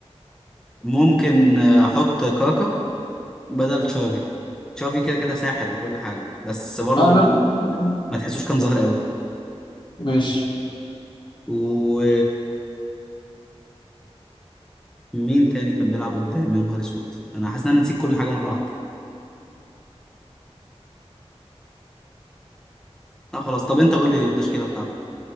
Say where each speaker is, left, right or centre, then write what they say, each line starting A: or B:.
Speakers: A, in the centre; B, on the left (about 45°).
A: ممكن احط كاكا بدل تشافي تشافي كده كده ساحر وكل حاجه بس برضه
B: اه
A: ما
B: لا لا يعني
A: ما تحسوش كان ظاهر قوي
B: ماشي
A: و مين تاني كان بيلعب قدام يا نهار اسود انا حاسس ان انا نسيت كل حاجه مره واحده اه خلاص طب انت قول لي التشكيله بتاعتك